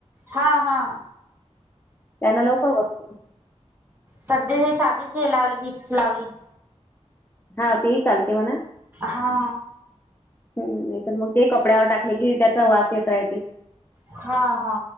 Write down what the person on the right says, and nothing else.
हा हा
सध्या साधीच हे, लावले विक्स लावली.
हा.
हा. हा.